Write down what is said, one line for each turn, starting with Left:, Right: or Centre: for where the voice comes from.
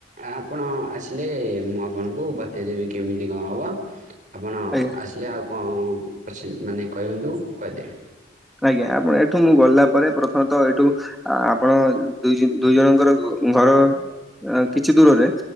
Right: ଆପଣ ଆସିଲେ ମୁଁ ଆପଣଙ୍କୁ ବତେଇଦେବି। କେମିତି କଣ ହେବ, ଆପଣ
Centre: ଆଜ୍ଞା
Right: ଆସିଲେ ଆଉ କଣ ପଛି ମାନେ କହନ୍ତୁ କହିଦେବି।
Centre: ଆଜ୍ଞା, ଆପଣ ଏଠୁ ମୁଁ ଗଲା ପରେ, ପ୍ରଥମେ ଏଇଠୁ ଆ ଆପଣ ଦୁଇ ଦୁଇ ଜଣଙ୍କର ଘର କିଛି ଦୂରରେ